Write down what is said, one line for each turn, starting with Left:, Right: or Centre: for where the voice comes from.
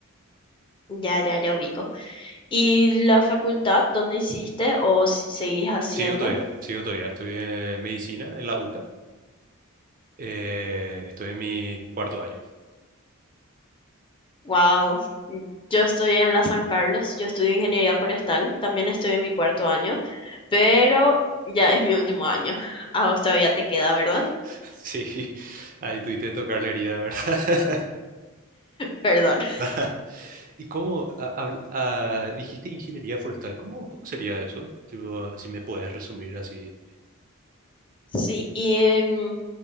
Left: Ya, ya, ya ubico. ¿Y la facultad dónde hiciste o si seguís haciendo?
Right: Sigo todavía, sigo todavía. Estudié medicina en la UCA. Eh, estoy en mi cuarto año.
Left: Wow, yo estoy en la San Carlos, yo estudio ingeniería forestal, también estoy en mi cuarto año, pero ya es mi último año. <laughs> A vos todavía te queda, ¿verdad?
Right: <laughs> Sí, ahí tuviste que tocar la herida, ¿verdad?
Left: Perdón. <laughs>
Right: <laughs> ¿Y cómo a- habl- ah, dijiste ingeniería forestal? ¿Cómo, cómo sería eso? Tipo, ah, si me puedes resumir así.
Left: Sí, y mm,